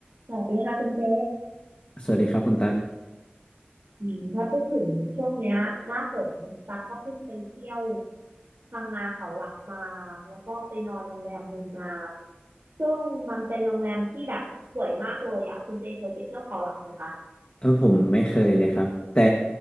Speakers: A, on the right; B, on the left.
A: สวัสดีค่ะคุณเจ
B: สวัสดีครับคุณตั๊ก
A: อืมถ้าพูดถึงช่วงเนี้ยหน้าฝนตั๊กก็เพิ่งไปเที่ยวพังงาเขาหลักมาแล้วก็ไปนอนโรงแรมหนึ่งมาซึ่งมันเป็นโรงแรมที่แบบสวยมากเลยอ่ะคุณเจเคยไปเที่ยวเขาหลักไหมคะ
B: เออผมไม่เคยเลยครับ แต่